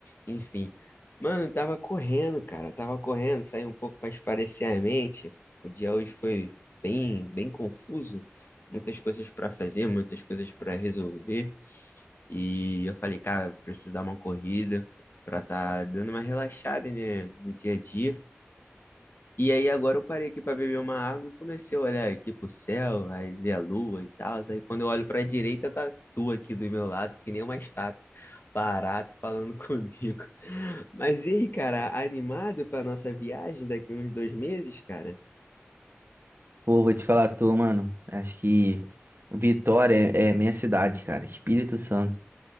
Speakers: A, on the left (about 55°); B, on the right (about 55°).
A: enfim. Mano, tava correndo, cara. Tava correndo, saí um pouco pra espairecer a mente. O dia hoje foi bem, bem confuso. Muitas coisas pra fazer, muitas coisas pra resolver. E eu falei, cara, preciso dar uma corrida pra tá dando uma relaxada, né, no dia a dia. E aí agora eu parei aqui pra beber uma água e comecei a olhar aqui pro céu, aí ver a lua e tal. Aí quando eu olho pra direita, tá tu aqui do meu lado, que nem uma estátua, parado falando <laughs> comigo. Mas e aí, cara, animado pra nossa viagem daqui uns dois meses, cara?
B: Pô, vou te falar a tua, mano. Acho que Vitória é, é minha cidade, cara. Espírito Santo.